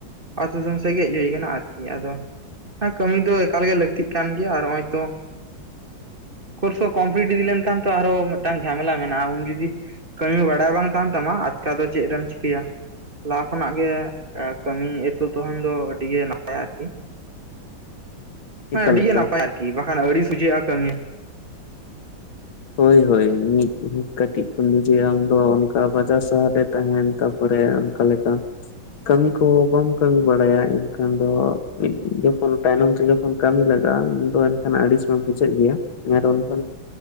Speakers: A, on the right; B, on the left.
A: ᱟᱹᱛᱩ ᱫᱤᱥᱚᱢ ᱥᱮᱫ ᱜᱮ ᱦᱮᱡ ᱦᱩᱭ ᱠᱟᱱᱟ ᱟᱨᱠᱤ ᱟᱫᱚ, ᱠᱟᱹᱢᱤ ᱫᱚ ᱮᱠᱟᱞᱜᱮ ᱞᱟᱹᱠᱛᱤ ᱾ ᱞᱟᱹᱠᱛᱤᱜ ᱠᱟᱱ ᱜᱮᱭᱟ ᱟᱨ ᱱᱚᱜᱚᱭ ᱛᱚ ᱠᱳᱨᱥ ᱦᱚ ᱠᱚᱢᱯᱞᱤᱴ ᱤᱫᱤ ᱞᱮᱱᱠᱷᱟᱱ ᱛᱚ, ᱟᱨᱦᱚ ᱢᱤᱫᱴᱟᱝ ᱡᱷᱟᱢᱮᱞᱟ ᱢᱮᱱᱟᱜᱼᱟ ᱩᱱ ᱡᱩᱫᱤ ᱠᱟᱹᱢᱤ ᱵᱟᱲᱟᱭ ᱵᱟᱝ ᱛᱟᱦᱮᱸᱱ ᱛᱟᱢᱟ ᱟᱪᱠᱟ ᱫᱚ ᱪᱮᱫ ᱨᱮᱢ ᱪᱤᱠᱟᱹᱭᱟ ᱾ ᱞᱟᱦᱟ ᱠᱷᱚᱱᱟᱜ ᱜᱮ ᱠᱟᱹᱢᱤ ᱮᱛᱚ ᱛᱟᱦᱮᱸᱱ ᱫᱚ ᱟᱹᱰᱤ ᱜᱮ ᱱᱟᱯᱟᱭᱟ ᱟᱨᱠᱤ ᱦᱮᱸ
B: ᱮᱠᱟᱞ
A: ᱟᱹᱰᱤ
B: ᱮᱠᱟᱞ
A: ᱜᱮ ᱱᱟᱯᱟᱭ ᱟᱨᱠᱤ ᱵᱟᱠᱷᱟᱱ ᱟᱹᱲᱤ ᱥᱚᱡᱷᱮᱜᱼᱟ ᱠᱟ. ᱢᱤ
B: ᱦᱳᱭᱻᱦᱳᱭ ᱢᱤᱫ ᱠᱟᱹᱴᱤᱡ ᱠᱷᱚᱱ ᱜᱮ ᱟᱢ ᱫᱚ ᱚᱱᱠᱟ ᱵᱟᱡᱟᱨ ᱥᱟᱦᱟᱨ ᱨᱮ ᱛᱟᱦᱮᱸᱱ ᱛᱟᱯᱚᱨᱮ ᱚᱱᱠᱟ ᱞᱮᱠᱟ ᱠᱟᱹᱢᱤ ᱠᱚ ᱵᱟᱢ ᱠᱟᱹᱢᱤ ᱵᱟᱲᱟᱭᱟ ᱤᱱᱠᱷᱟᱱ ᱫᱚ ᱡᱚᱠᱷᱚᱱ ᱛᱟᱭᱱᱚᱢ ᱛᱮ ᱡᱚᱠᱷᱚᱱ ᱠᱟᱹᱢᱤ ᱞᱟᱸᱜᱟᱜᱼᱟ ᱩᱱᱫᱚ ᱮᱱᱠᱷᱟᱱ ᱟᱹᱲᱤᱥ ᱢᱟ ᱵᱩᱡᱷᱟᱹᱜ ᱜᱮᱭᱟ ᱟᱨ ᱚᱱᱠᱟ